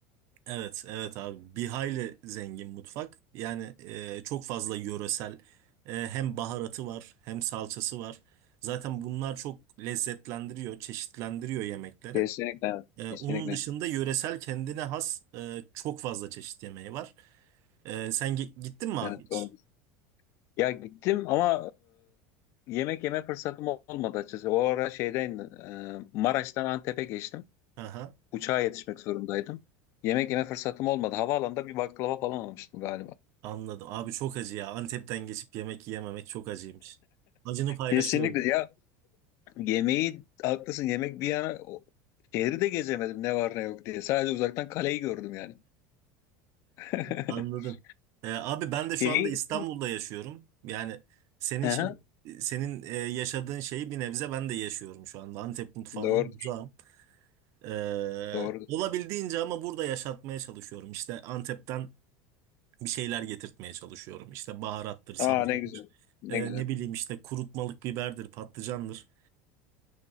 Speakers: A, on the right; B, on the left.
A: Evet, evet abi. Bir hayli zengin mutfak. Yani e, çok fazla yöresel e, hem baharatı var hem salçası var. Zaten bunlar çok lezzetlendiriyor, çeşitlendiriyor yemekleri.
B: Kesinlikle evet.
A: E,
B: Kesinlikle.
A: onun dışında yöresel kendine has e, çok fazla çeşit yemeği var. E, sen gi- gittin mi abi
B: Evet
A: hiç?
B: doğru. Ya gittim ama e, yemek yeme fırsatım olmadı açıkçası. O ara şeyden e, Maraş'tan Antep'e geçtim.
A: Aha.
B: Uçağa yetişmek zorundaydım. Yemek yeme fırsatım olmadı. Havaalanında bir baklava falan almıştım galiba.
A: Anladım. Abi çok acı ya. Antep'ten geçip yemek yiyememek çok acıymış. Acını paylaşıyorum.
B: Kesinlikle. Ya Yemeği haklısın yemek bir yana o- şehri de gezemedim ne var ne yok diye. Sadece uzaktan kaleyi gördüm yani. <laughs>
A: Anladım. Ee, abi ben de
B: Şey,
A: şu anda İstanbul'da yaşıyorum. Yani senin
B: aha,
A: şey- senin e, yaşadığın şeyi bir nebze ben de yaşıyorum şu anda. Antep mutfağından
B: doğru,
A: uzağım. Ee,
B: doğru.
A: olabildiğince ama burada yaşatmaya çalışıyorum. İşte Antep'ten bir şeyler getirtmeye çalışıyorum. İşte baharattır, salçadır,
B: Aa ne güzel, ne
A: e,
B: güzel.
A: ne bileyim işte kurutmalık biberdir, patlıcandır.